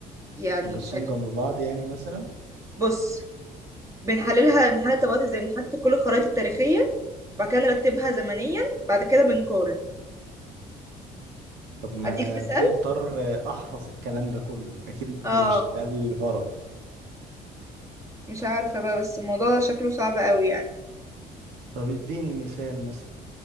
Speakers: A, on the right; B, on the right.
A: يعني
B: ونرصهم
A: ثانية
B: جنب بعض يعني مثلا
A: بص بنحللها بنحلل الطبقات ازاي بنحط كل الخرايط التاريخية بعد كده نرتبها زمنيا بعد كده بنقارن
B: طب ما
A: أديك مثال
B: ده مضطر احفظ الكلام ده كله اكيد
A: اه
B: مش ده الغرض
A: مش عارفة بقى بس الموضوع شكله صعب قوي يعني
B: طب اديني مثال مثلا